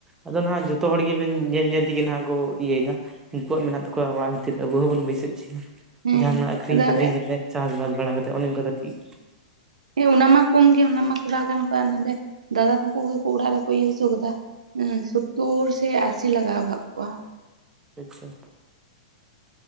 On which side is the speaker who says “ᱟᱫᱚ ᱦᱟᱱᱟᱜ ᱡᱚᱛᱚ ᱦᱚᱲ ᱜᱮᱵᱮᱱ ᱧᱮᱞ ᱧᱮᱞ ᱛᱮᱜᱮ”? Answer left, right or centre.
Right